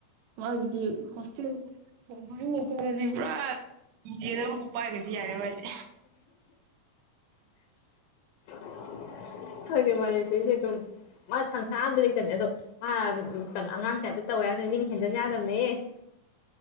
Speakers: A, on the right (about 80°); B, on the left (about 80°).
A: ꯃꯥꯒꯤꯗꯤ ꯍꯣꯁ꯭ꯇꯦꯜ__ <unintelligible> ꯄꯨꯔꯥ ꯌꯦꯟꯕꯨ ꯄꯥꯏꯒꯔꯗꯤ ꯌꯥꯔꯦ ꯃꯥꯥꯏꯗꯤ꯫
B: <unintelligible> ꯈꯪꯗꯦ ꯃꯥꯂꯦꯁꯣꯔꯤꯗꯤ ꯗꯨꯝ ꯃꯥ ꯁꯪꯁꯥꯔ ꯑꯝꯗ ꯂꯩꯇꯕꯅꯦ ꯑꯗꯣ ꯃꯥ ꯀꯩꯅꯣ ꯑꯉꯥꯡ ꯇꯥꯏꯞꯇ ꯇꯧꯑꯦ ꯍꯥꯏꯔꯅ ꯃꯤꯅ ꯍꯦꯟꯖꯤꯟ ꯌꯥꯗꯕꯅꯦ꯫